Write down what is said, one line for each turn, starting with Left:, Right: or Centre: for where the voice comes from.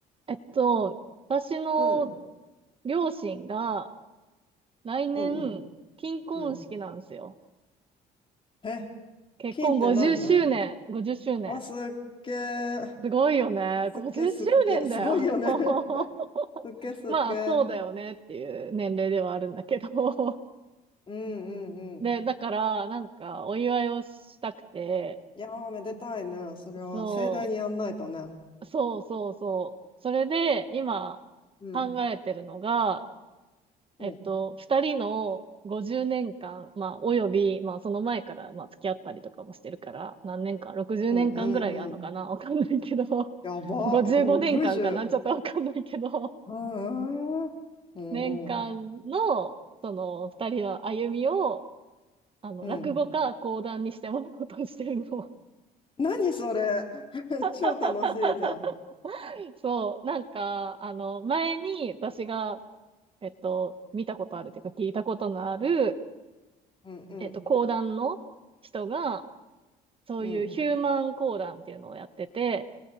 Right: えっと、私の
Left: うん、
Right: 両親が来年、
Left: うん、うん、
Right: 金婚式なんですよ。
Left: うん。え、
Right: 結婚50周年、
Left: 金って何なん
Right: 50周年。
Left: あ、すっげー
Right: すごいよね。
Left: すっげーすっげーすごいよね
Right: 50周年だよ。
Left: <laughs>
Right: <laughs>
Left: すっげーすっげー
Right: まあ、そうだよねっていう年齢ではあるんだけど。
Left: うん、うん、うん。
Right: で、だから、なんか、お祝いをしたくて、
Left: いやー、めでたいね。それは盛大にやんないとね。
Right: そう、そうそうそう。それで、今、
Left: うん、
Right: 考えてるのが、
Left: うん、
Right: えっと、二人の50年間、まあ、および、まあ、その前から、まあ、付き合ったりとかもしてるから、何年間 ?60
Left: うん、
Right: 年間ぐらいあるのかな
Left: うん、うん。
Right: <laughs> わかんないけど、<laughs>
Left: やば、
Right: 55年間かんかなちょっとわかんないけど、
Left: 60。うーうん、
Right: 年間の、
Left: うん、
Right: その、二人の歩みを、あの、
Left: うん。
Right: 落語か講談にしてもらおうとしてるの。
Left: 何それ <laughs> 超楽しいじゃん。
Right: <laughs> そう、なんか、あの、前に私が、えっと、見たことあるというか聞いたことのある、
Left: うんうん
Right: えっと、講談の人が、そういうヒューマン講談っていうのをやってて、
Left: うん。